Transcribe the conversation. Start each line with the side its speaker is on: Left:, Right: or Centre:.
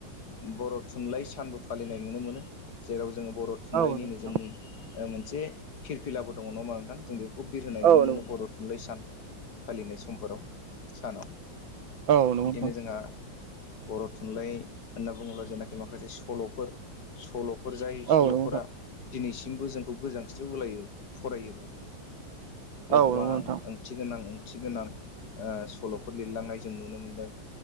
Left: बर' थुनलाइ सानबो फालिनाय नुनो मोनो जेराव जोङो बर' थुनलाइनिनो
Right: औ नंगौ नोंथां
Left: जोंनि ओ मोनसे फिरफिलाबो दङ' नङा होनबा नोंथां जों बेख खौ बिरहोनाय
Right: औ
Left: नुनो
Right: नंगौ
Left: मोनो बर' थुनलाइ सान फालिनाय समफोराव सानाव
Right: औ नंगौ नोंथां
Left: बिदिनो जोंहा बर' थुनलाइ होनना बुङोब्ला जेनाखि माखासे सल'फोर सल'फोर जाय सल'फोरा
Right: औ नंगौ नोंथां
Left: दिनैसिमबो जोंखौ गोजांस्रिव होलायो। फरायोबा बेयाव
Right: औ
Left: गोबां
Right: नंगौ नोंथां
Left: ओंथि गोनां ओंथि गोनां ओ सल'फोर लिरलांनाय जों नुनो मोन्दों।